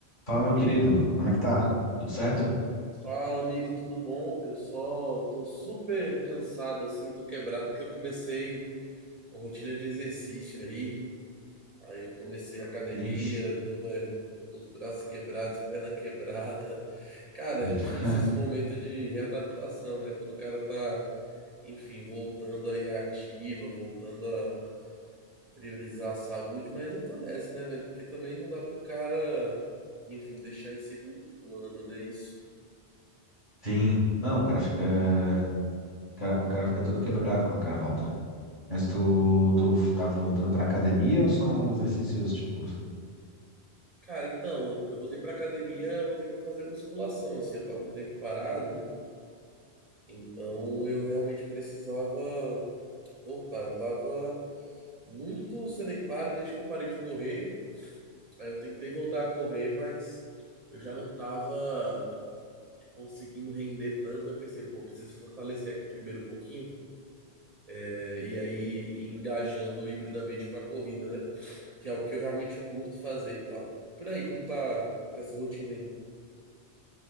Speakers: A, on the left (about 45°); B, on the right (about 45°).
A: Fala, meu querido, como é que tá? Tudo certo?
B: Fala, amigo, tudo bom? Eu só tô super cansado assim, tô quebrado porque eu comecei uma rotina de exercício aí. Aí eu comecei a academia,
A: Ixi.
B: tô, é, tô com os braços quebrados, perna quebrada. <laughs> Cara,
A: Hum.
B: é difícil
A: <laughs>
B: esse momento de readaptação, né? Quando o cara tá, enfim, voltando aí à ativa, voltando a priorizar a saúde, mas eu tô nessa, né, velho? Porque também não dá pro cara, enfim, deixar em segundo plano, né? Isso.
A: Sim. Não, o cara fica. O cara, o cara fica todo quebrado quando o cara volta. Mas tu, tu tá voltando pra academia ou são exercícios tipo.
B: Cara, então, eu eu voltei pra academia, voltei pra fazer musculação, assim, eu tava um tempo parado, né? Então eu realmente precisava voltar. Eu tava muito sedentário desde que eu parei de correr. Aí eu tentei voltar a correr, mas eu já não tava conseguindo render tanto. Eu pensei, pô, preciso fortalecer aqui primeiro um pouquinho. É, E aí ir engajando hibridamente com a corrida, né? Que é o que eu realmente curto fazer e tal. E por aí, como tá, como tá essa rotina aí?